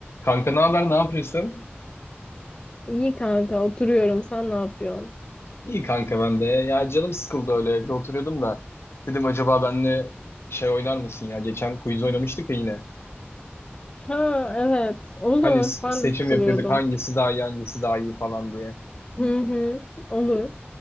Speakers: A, on the left (about 75°); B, on the left (about 25°).
A: Kanka ne haber, ne yapıyorsun?
B: İyi kanka oturuyorum. Sen ne yapıyorsun?
A: İyi kanka ben de. Ya canım sıkıldı öyle evde oturuyordum da. Dedim acaba benle şey oynar mısın ya? Geçen quiz oynamıştık ya yine.
B: Ha evet olur.
A: Hani s-
B: Ben
A: seçim
B: de sıkılıyordum.
A: yapıyorduk hangisi daha iyi hangisi daha iyi falan diye.
B: Hı hı olur.